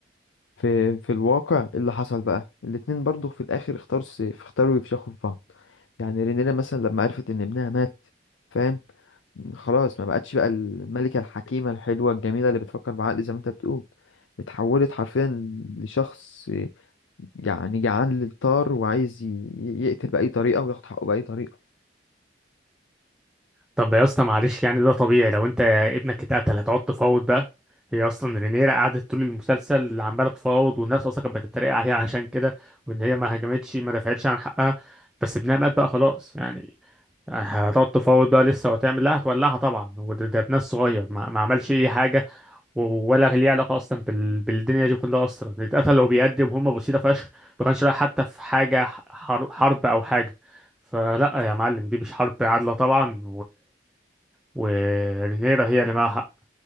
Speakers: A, on the left; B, in the centre.
A: في في الواقع إيه اللي حصل بقى الاتنين برضو في الاخر اختار سيف اختاروا يفشخوا في بعض يعني رينيرا مثلا لما عرفت ان ابنها مات فاهم خلاص ما بقتش بقى الملكة الحكيمة الحلوة الجميلة اللي بتفكر بعقل زي ما انت بتقول اتحولت حرفيا لشخص يعني جعان للطار وعايز ي- يقتل بأي طريقة وياخد حقه بأي طريقة
B: طب يا اسطى معلش يعني ده طبيعي لو انت ابنك اتقتل هتقعد تفاوض بقى هي اصلا رينيرا قعدت طول المسلسل عماله تفاوض والناس اصلا كانت بتتريق عليها عشان كده وان هي ما هجمتش ما دفعتش عن حقها بس ابنها مات بقى خلاص يعني هتقعد تفاوض بقى لسه وهتعمل لا هتولعها طبعا وده ده ابنها الصغير ما, ما عملش اي حاجه و- ولا ليه علاقه اصلا بال... بالدنيا دي كلها اصلا اللي اتقتل وبيقدم هم بسيطه فشخ ما كانش رايح حتى في حاجه حر... حرب او حاجه فلا يا معلم دي مش حرب عادله طبعا ورينيرا هي اللي معاها